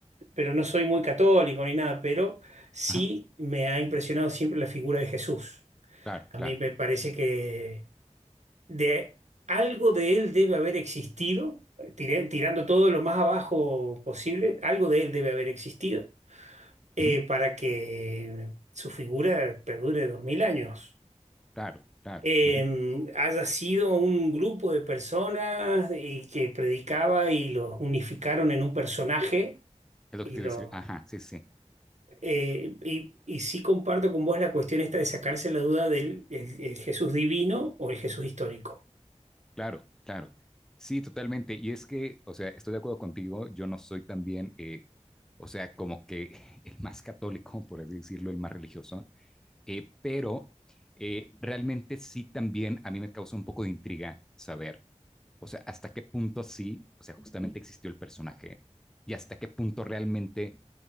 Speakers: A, on the right; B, in the centre.
A: pero no soy muy católico ni nada, pero sí
B: ajá,
A: me ha impresionado siempre la figura de Jesús.
B: claro,
A: A
B: claro,
A: mí me parece que de algo de él debe haber existido, tiré- tirando todo lo más abajo posible, algo de él debe haber existido eh,
B: ujú,
A: para que su figura perdure dos mil años.
B: claro, claro,
A: Eh,
B: ujú.
A: haya sido un grupo de personas y que predicaba y los unificaron en un personaje
B: Es lo
A: y
B: que te
A: los
B: iba a decir, ajá, sí, sí,
A: Eh, y, y sí comparto con vos la cuestión esta de sacarse la duda del el- el Jesús divino o el Jesús histórico.
B: Claro, claro. Sí, totalmente. Y es que, o sea, estoy de acuerdo contigo, yo no soy también, eh, o sea, como que <laughs> el más católico, por así decirlo, el más religioso, eh, pero eh, realmente sí también a mí me causa un poco de intriga saber o sea, hasta qué punto sí, o sea, justamente existió el personaje y hasta qué punto realmente,